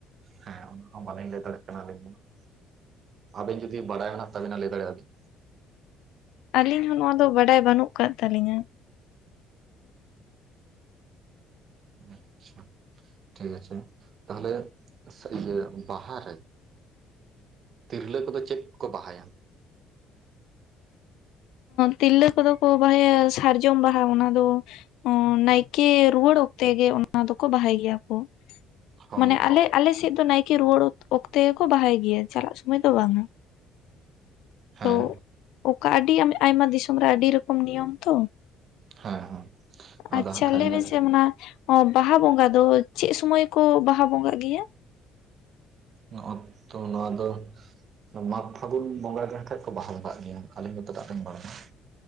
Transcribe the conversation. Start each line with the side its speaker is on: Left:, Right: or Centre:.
Right: ᱦᱮᱸ ᱚᱱᱟ ᱦᱚᱸ ᱵᱟᱹᱞᱤᱧ ᱞᱟᱹᱭ ᱫᱟᱲᱮᱭᱟᱜ ᱠᱟᱱᱟ ᱟᱹᱞᱤᱧ ᱫᱚ ᱾ ᱟᱵᱮᱱ ᱡᱩᱫᱤ ᱵᱟᱲᱟᱭ ᱢᱮᱱᱟᱜ ᱛᱵᱮᱱᱟ ᱞᱟᱹᱭ ᱫᱟᱲᱮ ᱭᱟᱜ ᱟᱵᱤᱱ
Left: ᱟᱹᱞᱤᱧ ᱦᱚᱸ ᱱᱚᱣᱟ ᱫᱚ ᱵᱟᱰᱟᱭ ᱵᱟᱹᱱᱩᱜ ᱟᱠᱟᱫ ᱛᱟᱹᱟᱞᱤᱧᱟ
Right: ᱟᱪᱪᱷᱟ <inaudible> ᱴᱷᱤᱠ ᱟᱪᱷᱮ ᱛᱟᱦᱚᱞᱮ ᱥᱟ. ᱨᱤ ᱜᱮ ᱵᱟᱦᱟ ᱨᱮ ᱛᱤᱨᱞᱟᱹ ᱠᱚᱫᱚ ᱪᱮᱫ ᱠᱚ ᱵᱟᱦᱟᱭᱟ?
Left: ᱛᱤᱨᱞᱟᱹ ᱠᱚᱫᱚ ᱠᱚ ᱵᱟᱦᱟᱭᱟ ᱥᱟᱨᱡᱚᱢ ᱵᱟᱦᱟ ᱚᱱᱟ ᱫᱚ ᱱᱟᱭᱠᱮ ᱠᱤ ᱨᱩᱣᱟᱹᱲ ᱚᱠᱛᱮ ᱜᱮ ᱚᱱᱟ ᱫᱚᱠᱚ ᱵᱟᱦᱟᱭ ᱜᱮᱭᱟ ᱠᱚ
Right: ᱦᱳᱭ
Left: ᱢᱟᱱᱮ ᱟᱞᱮ ᱟᱞᱮ ᱥᱮᱫ ᱫᱚ ᱱᱟᱭᱠᱮ ᱨᱩᱣᱟᱹᱲ ᱚᱠᱛᱮ ᱜᱮᱠᱚ ᱵᱟᱦᱟᱭ ᱜᱮᱭᱟ ᱪᱟᱞᱟᱜ ᱥᱚᱢᱚᱭ ᱫᱚ ᱵᱟᱝᱟ ᱾
Right: ᱦᱮᱸ
Left: ᱟ ᱚᱠᱟ ᱟᱹᱰᱤ ᱟᱭᱢᱟ ᱫᱤᱥᱚᱢ ᱨᱮ ᱟᱹᱰᱤ ᱨᱚᱠᱚᱢ ᱱᱤᱭᱚᱢ ᱛᱚ
Right: ᱦᱮᱸ ᱦᱮᱸ
Left: ᱟᱪᱪᱷᱟ
Right: ᱟᱫᱚ ᱦᱟᱸᱜ ᱠᱷᱟᱱ
Left: ᱞᱟᱹᱭ
Right: ᱧᱮᱞ
Left: ᱢᱮ ᱥᱮ ᱚᱱᱟ ᱚ ᱵᱟᱦᱟ ᱵᱚᱸᱜᱟ ᱫᱚ ᱪᱮᱫ ᱥᱩᱚᱢᱟᱹᱭ ᱠᱚ ᱵᱟᱦᱟ ᱵᱚᱸᱜᱟᱟᱜ ᱜᱮᱭᱟ?
Right: ᱱᱚᱜ ᱛᱚ ᱱᱚᱣᱟ ᱫᱚ <unintelligible> ᱢᱟᱜᱽ ᱯᱷᱟᱹᱜᱩᱱ ᱵᱚᱸᱜᱟ ᱜᱮ ᱠᱷᱟᱡ ᱠᱚ ᱵᱟᱦᱟᱞ ᱠᱟᱜ ᱜᱮᱭᱟ ᱟᱞᱤᱧ ᱦᱚᱸ ᱛᱚ ᱟᱧ ᱵᱟᱲᱟᱭᱟ ᱾